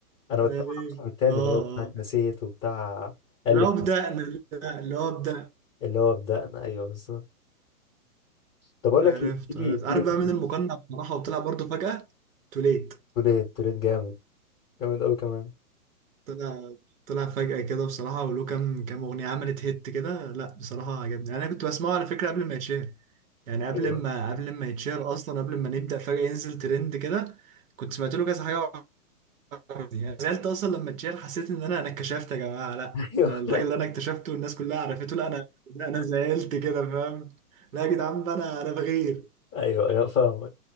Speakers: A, on the left; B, on the right.
A: انا
B: تقريبا
A: بتكلم عن الموسم التاني
B: اه
A: اللي هو بتاع اتنسيت
B: آه.
A: وبتاع الف
B: لو بدأنا لا، لو بدأ
A: اللي هو بدأنا ايوه بالظبط طب اقول
B: عرفت
A: لك ايه تيجي
B: عرفت
A: تيجي
B: عارف بقى
A: نروح
B: مين المقنع بصراحة وطلع برضو فجأة توليت
A: توليت توليت جامد جامد قوي كمان
B: طلع طلع فجأة كده بصراحة وله كام كام أغنية عملت هيت كده لا بصراحة عجبني يعني أنا كنت بسمعه على فكرة قبل ما يتشهر يعني قبل
A: ايوه
B: ما قبل ما يتشهر أصلا قبل ما نبدأ فجأة ينزل ترند كده كنت سمعت له كذا حاجة وعجبني. يعني زعلت أصلا لما اتشهر حسيت إن أنا أنا اتكشفت يا جماعة لا
A: <laughs> ايوه
B: أنا الراجل اللي أنا اكتشفته والناس كلها عرفته لا أنا لا أنا زعلت كده فاهم لا يا جدعان بقى أنا أنا بغير
A: ايوه ايوه فاهمك